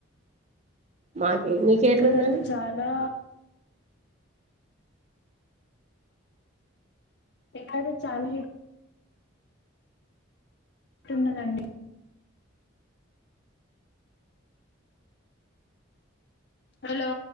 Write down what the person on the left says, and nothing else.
ఇక్కడైతే
చాలా ఎక్కద చాలా హి టున్నదండి హలో